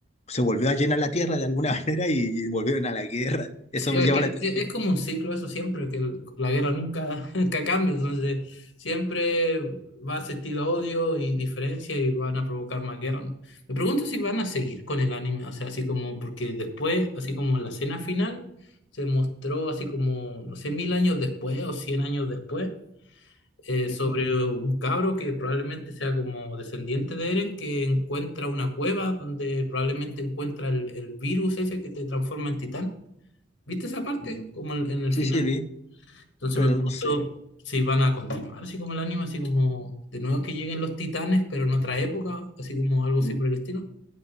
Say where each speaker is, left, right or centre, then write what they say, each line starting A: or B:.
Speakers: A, on the left (about 35°); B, on the left (about 75°).
A: se volvió a llenar la tierra de alguna <laughs> manera y, volvieron a la guerra. Eso
B: Sí,
A: me
B: es
A: llama
B: que
A: la atención.
B: es como un ciclo eso siempre, que el- la guerra nunca, <laughs> nunca cambia, entonces siempre va a existir odio y diferencia y van a provocar más guerra. ¿no? Me pregunto si van a seguir con el anime, o sea, así como, porque después, así como en la escena final, se mostró así como, no sé, mil años después o cien años después, eh,
A: Yo
B: sobre
A: creo.
B: un cabro que probablemente sea como descendiente de Eren, que encuentra una cueva donde probablemente encuentra el, el virus ese que te transforma en titán. ¿Viste esa parte?
A: Mm,
B: Como en, en el
A: Sí,
B: final.
A: sí, vi,
B: Entonces
A: pero
B: me pregunto
A: no sé.
B: si van a continuar, así como el anime, así como de nuevo que lleguen los titanes, pero en otra época, así como algo así
A: Mm,
B: por el estilo.